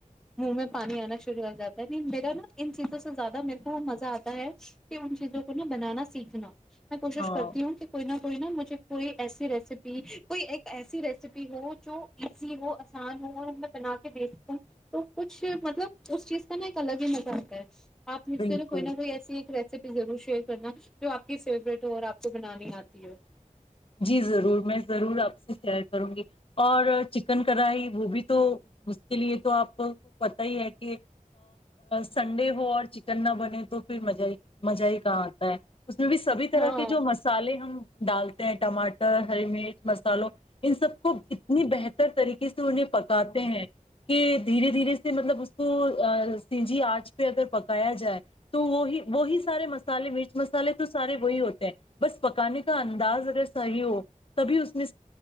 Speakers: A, in the centre; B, on the left.
A: منہ میں پانی آنا شروع ہو <unintelligible> جات میرا نا ان چیزوں سے زیادہ میرے کو مزہ آتا ہے کہ ان چیزوں کو نا بنانا سیکھنا <unintelligible> میں کوشش
B: ہاں
A: کرتی ہوں کہ کوئی نہ کوئی نا مجھے کوئی ایسی ریسیپی کوئی ایک ایسی ریسیپی ہو <unintelligible> جو ایزی ہو آسان ہو اور میں بنا کے دیکھتی ہوں تو کچھ مطلب اس چیز کا نا ایک الگ ہی مزہ ہوتا ہے <unintelligible> آپ م
B: بالکل
A: سےر کوئی نہ کوئی ایسی ایک ریسیپی <unintelligible> ضرور شیئر کرنا جو آپ کی فیورٹ ہو اور آپ کو بنانی آتی ہے <unintelligible>
B: جی ضرور میں ضرور آپ سے شیئر کروں گی اور چکن کڑھائی وہ بھی تو اس کے لیے تو آپ کو پتا ہی ہے کہ سنڈے ہو اور چکن نہ بنے تو پھر مہ ہی مزہ ہی کہاں آتا ہے اس میں بھی سبھی طرح
A: ہاں
B: کے جو مسالے ہم <unintelligible> دال <unintelligible> ٹماٹر ہری مرچ مسالو ان سب کو اتنی بہتر طریقے سے انہیں پکاتے ہیں کہ دھیرے دھیرے سے مطلب اس کو سجی آنچ پہ اگر پکایا جائے تو وہ وہی سارے مسالے مرچ مسالے تو سارے وہی ہوتے ہیں بس پکانے کا انداز صحیح ہو تبھی اس میں